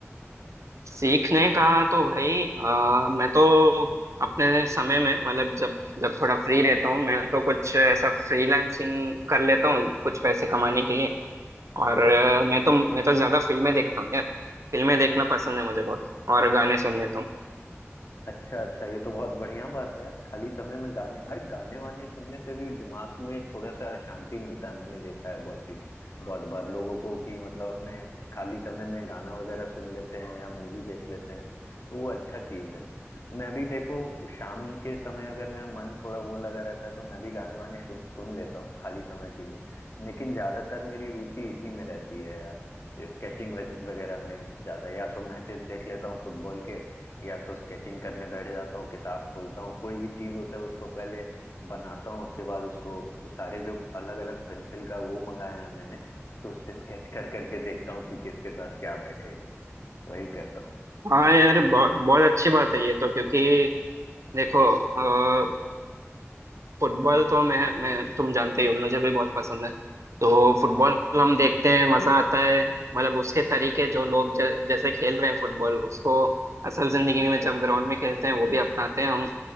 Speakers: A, on the right (about 80°); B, on the left (about 65°).
A: सीखने का तो भाई अ, मैं तो अपने समय में मतलब जब जब थोड़ा फ्री रहता हूँ मैं तो कुछ ऐसा फ्रीलांसिंग कर लेता हूँ कुछ पैसे कमाने के लिए और अ, मैं तो मैं तो ज्यादा फिल्में देखता हूँ यार फिल्में देखना पसंद है मुझे बहुत और गाने सुन लेता हूँ
B: अच्छा अच्छा ये तो बहुत बढ़िया बात है यार खाली समय में गाने अरे गाने वाने सुनने से भी दिमाग में थोड़ा सा शांति मिलता है मैंने देखा है बहुत ही बहुत बार लोगों को कि मतलब अपने खाली समय में गाना वगैरह सुन लेते हैं या मूवी देख लेते हैं तो वो अच्छा चीज है मैं भी देखो शाम के समय अगर मेरा मन थोड़ा वो लगा रहता है तो मैं भी गाने वाने सुन, सुन लेता हूँ खाली समय के लिए लेकिन ज्यादातर मेरी रुचि इसी में रहती है यार स्केचिंग वगैरह में ज्यादा या तो मैचेस देख लेता हूँ फुटबॉल के या तो स्केचिंग करने बैठ जाता हूँ किताब खोलता हूँ कोई भी चीज होता है उसको पहले बनाता हूँ उसके बाद उसको सारे जो अलग अलग पेंसिल का वो मंगाया है मैंने तो उससे स्केच कर करके देखता हूँ कि किसके साथ क्या बैठेगा वही करता हूँ
A: हाँ यार बहुत बहुत अच्छी बात है ये तो क्योंकि देखो अ, फुटबॉल तो मैं मैं तुम जानते ही हो मुझे भी बहुत पसंद है तो फुटबॉल हम देखते हैं मजा आता है मतलब उसके तरीके जो लोग ज, जैसे खेल रहे हैं फुटबॉल उसको असल जिंदगी में जब ग्राउंड में खेलते हैं वो भी अपनाते हैं हम